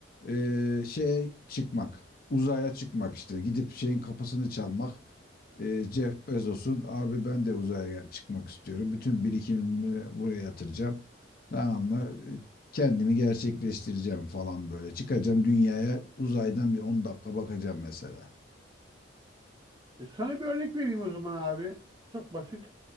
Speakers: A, on the left (about 50°); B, on the right (about 20°).
A: Ee, şeye çıkmak uzaya çıkmak işte gidip şeyin kapısını çalmak Ee, Jeff Bezos'un abi ben de uzaya çıkmak istiyorum bütün birikimimi buraya yatıracağım tamam mı Ee, kendimi gerçekleştireceğim falan böyle çıkacağım dünyaya uzaydan bir 10 dakika bakacağım mesela
B: E, sana bir örnek vereyim o zaman abi. Çok basit.